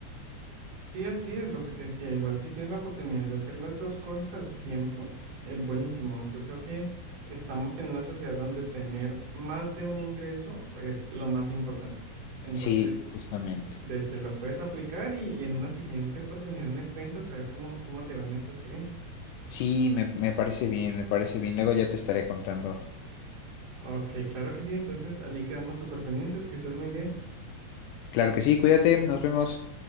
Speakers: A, on the right; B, on the left.
A: Sí, así es lo que te decía. Igual si tienes la oportunidad de hacer las dos cosas al tiempo, es buenísimo. Yo creo que estamos en una sociedad donde tener más de un ingreso es lo más importante. Entonces,
B: Sí, Justamente.
A: De hecho, lo puedes aplicar y, y en una siguiente oportunidad me cuentas a ver cómo, cómo te va en esta experiencia.
B: Sí, me, me parece bien, me parece bien. Luego ya te estaré contando.
A: Ok, claro que sí. Entonces, allí quedamos súper pendientes. Que estés muy bien.
B: Claro que sí, cuídate, nos vemos.